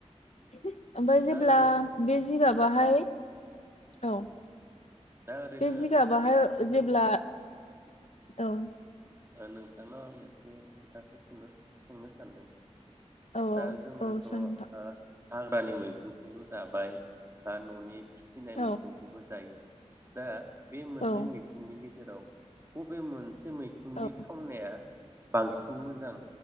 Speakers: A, on the left; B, on the right.
A: <unintelligible> आमफाय जेब्ला
B: दा ओरैनो
A: बे जिगाब बाहाय औ
B: दा ओरैनो
A: बे जिगाबाहाय
B: ओ नों
A: जेब्ला औ
B: ओ नोंथांनाव आं मोनसे खोथाखो सोंनो सोंनो सानदों।
A: औ औ
B: दा जोङोथ'
A: औ सों
B: ओ
A: नोंथां
B: हाग्रानि मैखुनखौबो जाबाय दा न'नि फिसिनाय
A: औ
B: मैखुनखौबो जायो दा बे मोननै
A: औ
B: मैखुननि गेजे राव बबे मोनसे मै खुननि
A: औ
B: थावनाया बांसिन मोजां